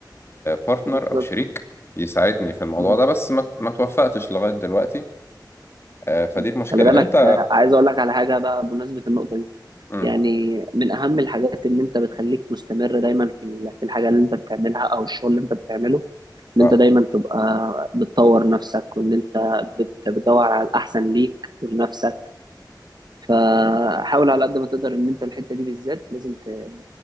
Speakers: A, on the left (about 35°); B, on the right (about 65°).
A: بارتنر
B: بالظبط
A: أو شريك يساعدني في الموضوع
B: م-
A: ده بس ما ما توفقتش لغاية دلوقتي آه، فدي
B: م.
A: المشكلة
B: خلي بالك
A: أنت
B: آه، عايز اقول لك على حاجة بقى بمناسبة النقطة دي
A: مم.
B: يعني من أهم الحاجات اللي أنت بتخليك مستمر دايما في ال- في الحاجة اللي أنت بتعملها أو الشغل اللي أنت بتعمله إن
A: آه،
B: أنت دايما تبقى بتطور نفسك وإن أنت بت- بتدور على الأحسن ليك ولنفسك فحاول على قد ما تقدر إن أنت الحتة دي بالذات لازم ت-